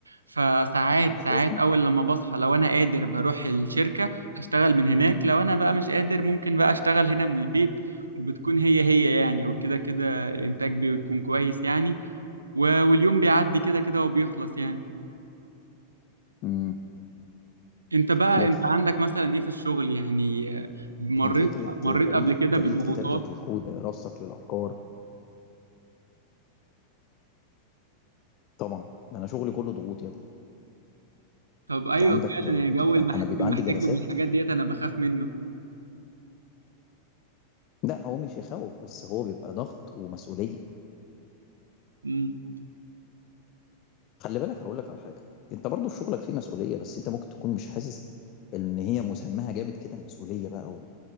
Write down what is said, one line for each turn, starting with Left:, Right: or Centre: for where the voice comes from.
Right: فساعات
Left: مش
Right: ساعات
Left: فاهم
Right: اول لما بصحى لو انا قادر بروح الشركة اشتغل من هناك لو انا بقى مش قادر ممكن بقى اشتغل هنا من البيت وبتكون هي هي يعني وكده كده الانتاج بيكون كويس يعني و- واليوم بيعدي كده كده وبيخلص يعني
Left: امم
Right: انت بقى
Left: لكن
Right: انت عندك مثلا ايه في الشغل يعني آه، مريت
Left: فكره
Right: مريت
Left: طريقه
Right: قبل كده
Left: طريقه
Right: بضغوطات
Left: كتابتك للكود رصك للافكار طبعا ده انا شغلي كله ضغوط يا ابني
Right: طب ايوه
Left: انت عندك
Right: فعلا
Left: بتبقى
Right: يا جو المح-
Left: انا بيبقى
Right: المحاكم
Left: عندي جلسات
Right: والحاجات ديت انا بخاف منه
Left: لا هو مش يخوف بس هو بيبقى ضغط ومسؤوليه
Right: امم
Left: خلي بالك هقول لك على حاجه انت برضو في شغلك فيه مسؤوليه بس انت ممكن تكون مش حاسس ان هي مسماها جامد كده مسؤوليه بقى و...